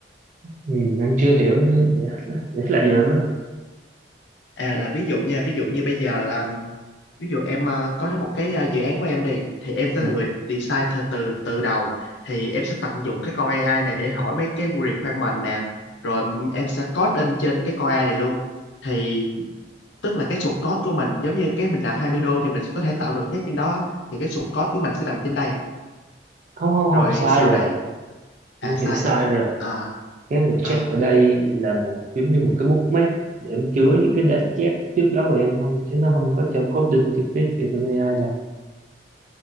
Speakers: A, on the right (about 45°); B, on the left (about 80°).
A: ừ, anh chưa hiểu nó dễ thất lạc dễ thất lạc gì mà anh nói,
B: à là ví dụ nha ví dụ như bây giờ à, ví dụ em ờ, có thêm một cái ờ, dự án của em đi thì em sẽ
A: ừ,
B: là người design từ từ từ đầu thì em sẽ tận dụng cái con AI này để hỏi mấy cái requirement nè rồi em sẽ code in trên cái con AI này luôn thì tức là cái source code của mình giống như cái mình nạp 20 đô thì mình có thể tạo project trên đó thì cái source code của mình sẽ nằm trên đây
A: không không không
B: rồi
A: sai
B: sau
A: rồi
B: này à
A: anh
B: sai
A: hiểu sai
B: hả
A: rồi
B: à
A: cái project
B: à,
A: ở đây là một giống như một cái bookmark để em chứa những cái đoạn chép trước đó của em thôi chứ nó không có cho coding trực tiếp trên con AI đâu